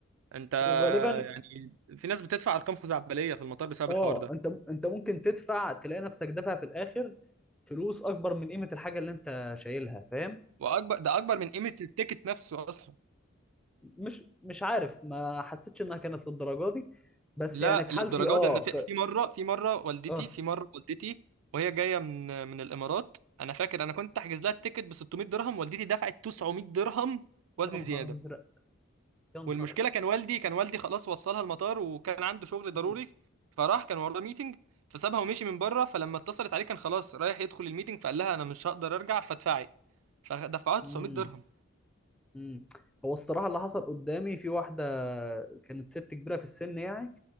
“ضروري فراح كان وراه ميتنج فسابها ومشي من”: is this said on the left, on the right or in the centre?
Right